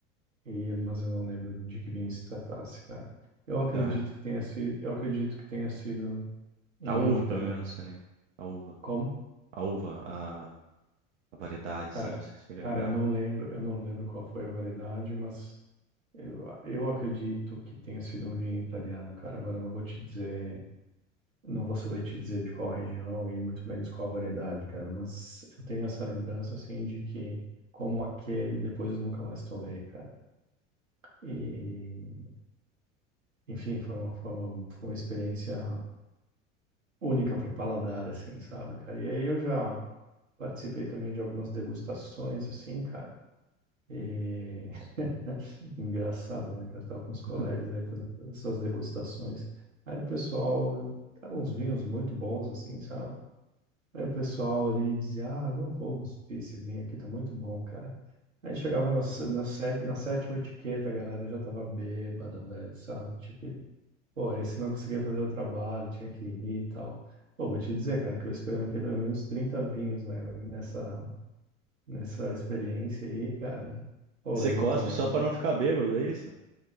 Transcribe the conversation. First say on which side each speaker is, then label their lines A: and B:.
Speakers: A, on the right (about 80°); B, on the right (about 65°).
A: e mas eu não lembro de que vinho se tratasse, cara. Eu acredito
B: assim.
A: que tenha sido, eu acredito que tenha sido um
B: A uva,
A: vinho italiano.
B: pelo menos, você lembra. A uva.
A: Como?
B: A uva, a, a variedade,
A: Cara,
B: sim, você chega
A: cara,
B: a lembrar.
A: eu não lembro, eu não lembro qual foi a variedade, mas Eu, eu acredito que tenha sido um vinho italiano, cara. Agora eu não vou te dizer, não vou saber te dizer de qual região e muito menos qual variedade, cara. Mas eu tenho essa lembrança, assim, de que como aquele, depois eu nunca mais tomei, cara. E, enfim, foi uma, foi uma, foi uma experiência única pro paladar, assim, sabe, cara? E aí eu já participei também de algumas degustações, assim, cara. E <laughs> Engraçado, né, cara? Eu Tava com os
B: <laughs>
A: colegas aí fazendo essas degustações. Aí o pessoal, eram uns vinhos muito bons, assim, sabe? Aí o pessoal ali dizia, ah, eu não vou cuspir esse vinho aqui, tá muito bom, cara. Aí chegava na, sé- na, sé- na sétima etiqueta, a galera já tava bêbada, velho, sabe? Tipo, e, pô, aí você não conseguia fazer o trabalho, tinha que rir e tal. Pô, vou te dizer, cara, que eu experimentei pelo menos 30 vinhos, né, nessa, nessa experiência
B: É.
A: aí, cara. Pô,
B: Você
A: eu
B: cospe
A: não tomei
B: só pra não ficar bêbado, é isso?